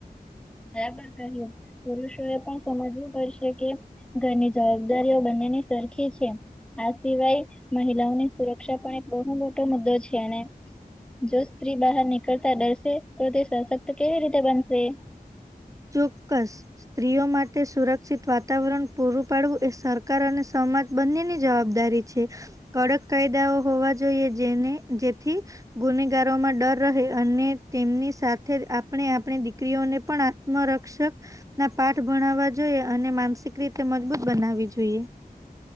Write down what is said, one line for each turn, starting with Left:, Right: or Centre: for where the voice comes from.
Centre: બારાબર કહીયુ. પુરુષો એ પણ સમજવું પડશે કે ઘરની જવાબદારીઓ બંનેની સરખી છે. આ સિવાય મહિલાઓની સુરક્ષા પણ એક બહુ મોટો મુદ્દો છે અને જો સ્ત્રી બહાર નીકળતા ડરસે, તો તે સશક્ત કેવી રીતે બનશે?
Right: ચોક્કસ સ્ત્રીઓ માટે સુરક્ષિત વાતાવરણ પૂરું પાડવું એ સરકાર અને સમાજ બંનેની જવાબદારી છે. કડક કાયદાઓ હોવા જોઈએ જેને જેથી ગુનેગારોમાં ડર રહે અને તેમની સાથે જ આપણી આપણી દીકરીઓને પણ આત્મરક્ષક ના પાઠ ભણાવવા જોઈએ અને માનસિક રીતે મજબૂત બનાવી જોઈએ.